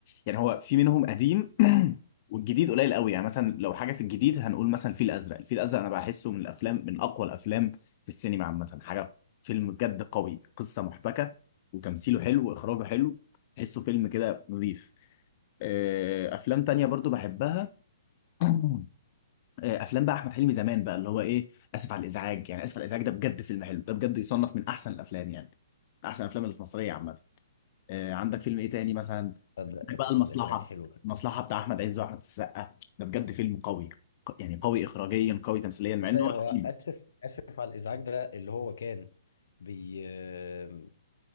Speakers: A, on the left (about 40°); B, on the left (about 70°).
A: يعني هو في منهم قديم <clears throat> والجديد قليل قوي يعني مثلا لو حاجه في الجديد هنقول مثلا الفيل الازرق الفيل الازرق انا بحسه من الافلام من اقوى الافلام في السينما عامه حاجه فيلم بجد قوي قصه محبكه وتمثيله حلو واخراجه حلو تحسه فيلم كده نظيف آه، افلام تانية برضو بحبها <clears throat> آه، افلام بقى احمد حلمي زمان بقى اللي هو ايه اسف على الازعاج يعني اسف على الازعاج ده بجد فيلم حلو ده بجد يصنف من احسن الافلام يعني من احسن الافلام اللي في مصريه عامه آه، عندك فيلم ايه تاني مثلا عندك
B: تصدق اسف
A: بقى المصلحه
B: على الازعاج حلو
A: المصلحه بتاع احمد عز واحمد السقا ده بجد فيلم قوي ق- يعني قوي اخراجيا قوي تمثيليا مع
B: طب ثانية
A: انه هو
B: هو
A: تقيل
B: آسف آسف على الإزعاج ده اللي هو كان بي آه،